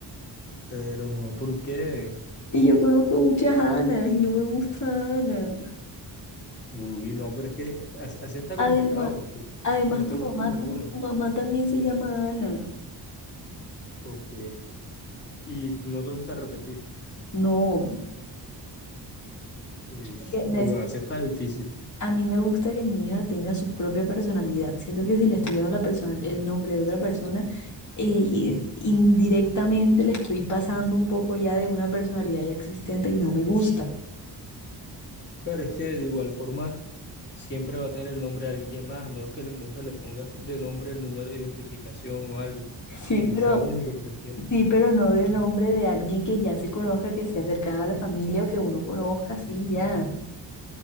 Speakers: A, on the left (about 25°); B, on the left (about 45°).
A: pero no, ¿por qué?
B: y yo conozco muchas Anas y no me gusta Ana.
A: Uy, no, pero es que así, así está complicado
B: Además,
A: porque
B: además
A: no te
B: tu
A: gusta
B: mamá,
A: ninguno.
B: tu mamá también se llama Ana.
A: Ok, y no te gusta repetir.
B: No,
A: Uy,
B: creo que nes-
A: ah, bueno, así está difícil.
B: a mí me gusta que mi hija tenga su propia personalidad. Siento que si le estoy dando la persona- el nombre de otra persona, eh, y- indirectamente le estoy pasando un poco ya de una personalidad ya existente y no me gusta.
A: Pero es que de igual forma siempre va a tener el nombre de alguien más, a menos que no se le ponga de nombre el número de identificación o algo,
B: Sí,
A: que sí
B: pero,
A: sea único, pero es que-
B: sí, pero no de nombre de alguien que ya se conozca, que sea cercano a la familia o que uno conozca, sí, ya.